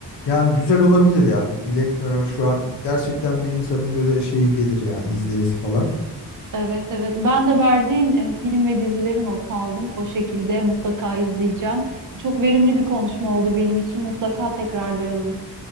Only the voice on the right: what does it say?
Evet evet. Ben de verdiğin e, film ve dizileri not aldım. O şekilde mutlaka izleyeceğim. Çok verimli bir konuşma oldu benim için. Mutlaka tekrarlayalım.